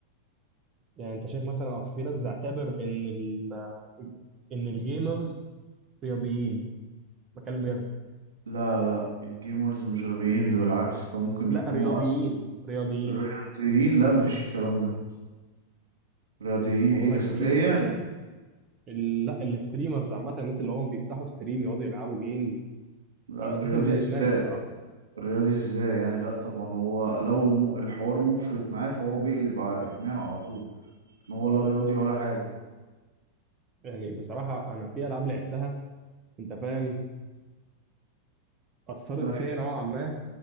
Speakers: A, on the right (about 30°); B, on the right (about 65°).
A: يعني أنت شايف مثلا أصل في ناس بتعتبر إن ال إن الجيمرز رياضيين بكلم بجد
B: لا لا الجيمرز مش غبيين ده بالعكس ده ممكن
A: لا
B: يكونوا
A: رياضيين
B: أس
A: رياضيين
B: الرياضيين لا مفيش الكلام ده رياضيين
A: الموضوع
B: ايه جسديا
A: ده كبير خلي بالك ال- لا الستريمرز عامة الناس اللي هم بيفتحوا ستريم يقعدوا يلعبوا جيمز
B: لا
A: أنا بشوف
B: رياضي
A: إن ده
B: ازاي
A: إدمان الصراحة
B: رياضي ازاي يعني لا طبعا هو لو م... الحوار مفرط معاه فهو بيقلب على ادمان على طول ان هو لا رياضي ولا حاجة
A: يعني بصراحة أنا في ألعاب لعبتها أنت فاهم أثرت
B: ايوه
A: فيا نوعا ما